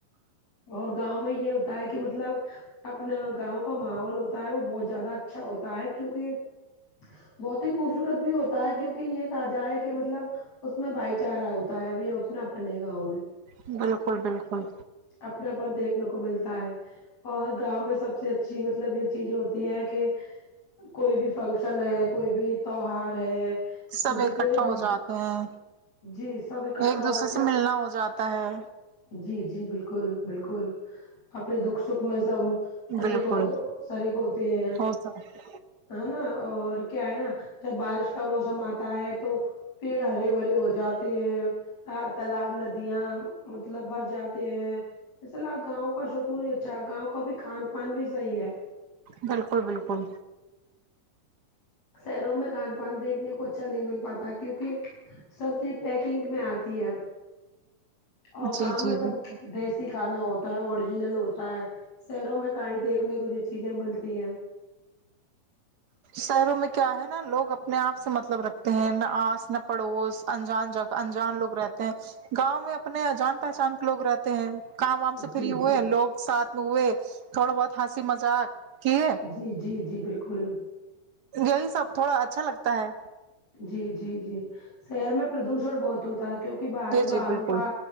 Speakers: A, on the left; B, on the right.
A: اور گاؤں میں یہ ہوتا ہے کہ مطلب اپنا گاؤں کا ماحول ہوتا ہے وہ بہت زیادہ اچھا ہوتا ہے کیونکہ بہت ہی خوبصورت بھی ہوتا ہے کیونکہ یہ کہا جائے کہ مطلب اس میں بھائی چارہ ہوتا ہے ابھی یہ اپنا اپنے گاؤں میں
B: بالکل بالکل
A: اپناپن دیکھنے کو ملتا ہے اور گاؤں میں سب سے اچھی مطلب یہ چیز ہوتی ہے کہ کوئی بھی فنکشن ہے کوئی بھی تہوار ہے
B: سب
A: جسے
B: اکٹھا
A: ہم
B: ہو جاتے ہیں
A: جی سب اکٹھا
B: ایک دوسرے
A: ہو کے
B: سے ملنا ہو جاتا ہے
A: جی جی بالکل بالکل اپنے دکھ سکھ میں سب شریک
B: بالکل
A: ہو کے شریک ہوتے ہیں
B: ہو سک
A: ہے نا اور کیا ہے نا جب بارش کا موسم آتا ہے تو پیڑ ہرے بھرے ہو جاتے ہیں تالاب ندیاں مطلب بھر جاتے ہیں اصل گاؤں کا شکون ہی اچھا گاؤں کا بھی کھان پان بھی صحیح ہے
B: بالکل بالکل
A: شہروں میں کھان پان دیکھنے کو اچھا نہیں مل پاتا کیونکہ سب چیز پیکنگ میں آتی ہے اب اور گاؤں
B: جی
A: میں
B: جی
A: سب
B: جی
A: دیسی کھانا ہوتا ہے اوریجنل ہوتا ہے شہروں میں کیں دیکھنے کو جو چیزیں ملتی ہیں
B: شہروں میں کیا ہے نا لوگ اپنے آپ سے مطلب رکھتے ہیں نہ آس نہ پڑوس انجان جگہ انجان لوگ رہتے ہیں گاؤں میں اپنے جان پہچان کے لوگ رہتے ہیں کام وام سے
A: جی
B: فری ہوئے
A: جی
B: لوگ ساتھ میں ہوئے تھوڑا بہت ہنسی مذاق کی
A: جی جی جی بالکل
B: یہی سب تھوڑا اچھا لگتا ہے
A: جی جی جی شہر میں پردوشن بہت ہوتا ہے کیونکہ باہری
B: جی جی
A: باہروں
B: بالکل
A: کا